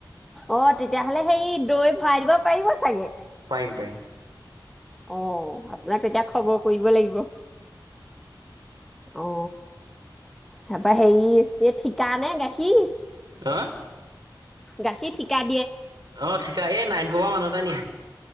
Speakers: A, in the centre; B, on the right (about 60°).
A: অ তেতিয়াহ'লে সেই দৈ ভৰাই দিব পাৰিব চাগে
B: পাইম পাইম
A: অ তাক তেতিয়া খবৰ কৰিব লাগিব অ তাৰপৰা হেৰি এই ঠিকা নে গাখীৰ
B: হা
A: গাখীৰ ঠিকাই
B: অ ঠিকা এই নাইন পবা মানুহ এ নি